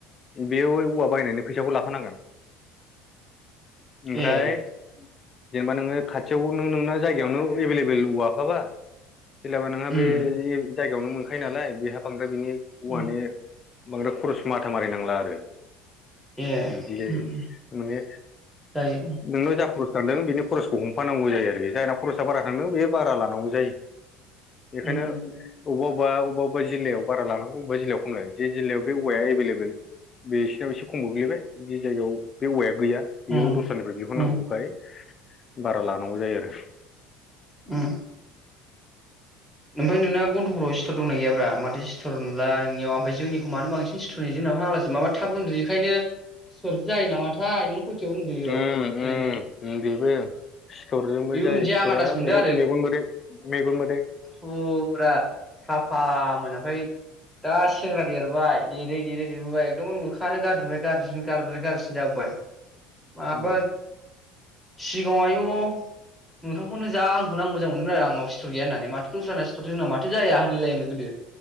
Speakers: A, on the left; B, in the centre.
A: बे औवा बायनायनि फैसाखौ लाफानांगोन ओमफ्राय।
B: ए
A: जेनेबा नोङो खाथियाव नों नोंना जायगायावनो एभेलेबेल औवाखाबा <inaudible> लाबा नोंहा
B: उम
A: बे बेयावनो मोनखायो नालाय बेहा बांद्राय बिनि माने
B: उम
A: बांद्राय खरस माथा मारि नांला आरो
B: ए
A: बिदि जायो
B: उम उम
A: माने
B: जायो
A: नोंनाव जा खरस थांदों बिनि खरसखौ हमफानांगौ जायो आरोखि जायना खरसा बारा थांदों बे बारा लानांगौ जायो बेखायनो
B: उम उम
A: बबेबा
B: उम
A: अबेबा अबावबा अबावबा जिल्लायाव बारा लानांगौ अबेबा जिल्लायाव खम लायो ज जिल्लायाव बे औवाया एभेलेबेल बेसिरनाव एसे खम गोग्लैबाय जि जायगायाव बे औ गैया बेयाव
B: उम
A: दस्रानिफ्राय बिहरनांगौखाय
B: उम
A: बारा लानांगौ जायो आरो
B: उम ओमफ्राय नोंना गन्थफोराव सिथर दंनाय गैयाब्रा माथो सिथर नुला नोंनियाव ओमफ्राय जोंनिखौ मानो बांसिन सिथर नुयो जोंनाव आलासि माबा थाब उन्दु बेखायनो सिथर जायो नाथाय नों खयथायाव उन्दुयो
A: उम
B: ओरैनो
A: -उम बेबो सिथरजोंबो
B: बेबो
A: जायो
B: मोनसे आं
A: सिथरा
B: आन्दास मोनदों
A: मेगन मोदै मेगन मोदै
B: उम फुरा साफा मोन ओमफाय दा सेंग्रा देरबाय देरै देरै देरबोबाय एकदम मोखाङानो गाज्रिनिफ्राय गारज्रिसिन गारज्रिनिफ्राय गाज्रिसिन जाबोबाय। माबा
A: उम
B: <unintelligible> मोखांखौनो जा आंखौ आं मोजां मोनोमोन आरो आंनाव सिथर गैया होननानै मो टउसनस जोंना माथो जाया होनलायलायोमोन गोदो